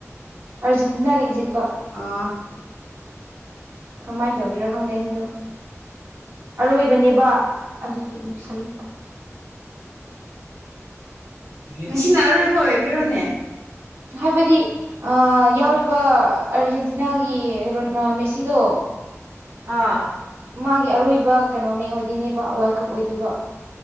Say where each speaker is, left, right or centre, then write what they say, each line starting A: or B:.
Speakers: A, on the right; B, on the right.
A: ꯑꯥꯔꯖꯦꯟꯇꯤꯅꯥꯒ ꯏꯖꯤꯞꯀ
B: ꯑꯥ
A: ꯀꯃꯥꯏꯅ ꯇꯧꯒꯦꯔ ꯈꯪꯗꯦ ꯑꯅꯤꯗꯣ ꯑꯔꯣꯏꯕꯅꯦꯕꯥ ꯑꯗꯨꯒꯤ ꯅꯨꯡꯁꯤꯌꯦ
B: ꯉꯁꯤꯅ ꯑꯔꯣꯏꯕ ꯑꯣꯏꯒꯦꯔꯣꯅꯦ
A: ꯍꯥꯏꯕꯗꯤ ꯑꯥ ꯌꯥꯎꯔꯤꯕ ꯑꯥꯔꯖꯦꯟꯇꯤꯅꯥꯒꯤ ꯔꯣꯅ ꯃꯦꯁꯤꯗꯣ
B: ꯑꯥ
A: ꯃꯥꯒꯤ ꯑꯔꯣꯏꯕ ꯀꯩꯅꯣꯅꯦ ꯑꯣꯏꯗꯣꯏꯅꯦꯕ ꯋꯥꯜ ꯀꯞ ꯑꯣꯏꯗꯣꯏꯕ